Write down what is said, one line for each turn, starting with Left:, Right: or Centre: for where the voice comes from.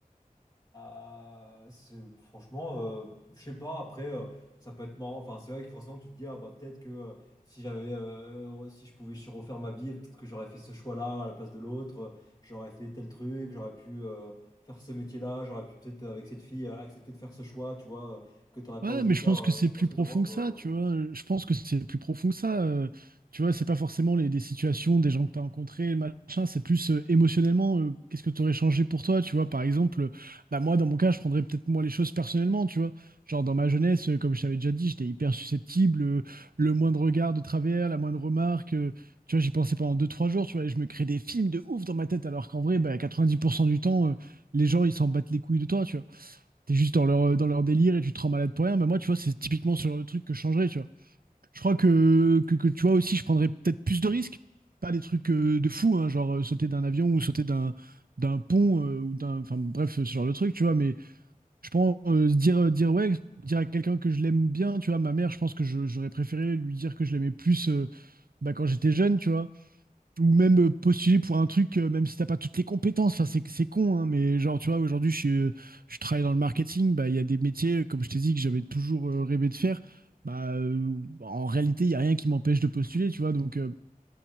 Left: euh, c'est- franchement, euh, je sais pas, après, euh, ça peut être marrant. Enfin, c'est vrai que forcément, tu te dis, ah bah peut-être que euh, si j'avais, euh, ouais, si je pouvais refaire ma vie, peut-être que j'aurais fait ce choix-là à la place de l'autre, euh, j'aurais fait tel truc, j'aurais pu euh, faire ce métier-là, j'aurais pu peut-être, euh, avec cette fille, euh, accepter de faire ce choix, tu vois, euh, que t'aurais
Right: Ouais,
Left: pas osé
Right: mais
Left: faire.
Right: je pense
Left: euh,
Right: que c'est
Left: je
Right: plus
Left: pense
Right: profond
Left: que t'en penses, toi.
Right: que ça, tu vois. Je pense que c'est plus profond que ça. euh, tu vois, c'est pas forcément les, des situations, des gens que tu as rencontrés, machin. C'est plus euh, émotionnellement, euh, qu'est-ce que tu aurais changé pour toi, tu vois. Par exemple, euh, bah moi, dans mon cas, je prendrais peut-être moi les choses personnellement, tu vois. Genre, dans ma jeunesse, euh, comme je t'avais déjà dit, j'étais hyper susceptible. euh, le moindre regard de travers, la moindre remarque, euh, tu vois, j'y pensais pendant deux, trois jours, tu vois. Et je me crée des films de ouf dans ma tête, alors qu'en vrai, bah, 90% du temps, euh, les gens, ils s'en battent les couilles de toi, tu vois. T'es juste dans leur, euh, dans leur délire et tu te rends malade pour rien. Mais moi, tu vois, c'est typiquement ce genre de truc que je changerais, tu vois. Je crois que, que, que tu vois aussi, je prendrais peut-être plus de risques. Pas des trucs euh, de fou, hein, genre euh, sauter d'un avion ou sauter d'un d'un pont euh, ou d'un. Enfin bref, ce genre de truc, tu vois. Mais je pense euh, se dire, euh, dire ouais, dire à quelqu'un que je l'aime bien, tu vois. Ma mère, je pense que je- j'aurais préféré lui dire que je l'aimais plus euh, bah, quand j'étais jeune, tu vois ou même euh, postuler pour un truc, euh, même si t'as pas toutes les compétences. Enfin, c'est, c'est con, hein, mais genre, tu vois, aujourd'hui, je, suis, euh, je travaille dans le marketing. Bah, il y a des métiers, euh, comme je t'ai dit, que j'avais toujours euh, rêvé de faire. Bah, euh, en réalité, il y a rien qui m'empêche de postuler, tu vois. Donc, euh,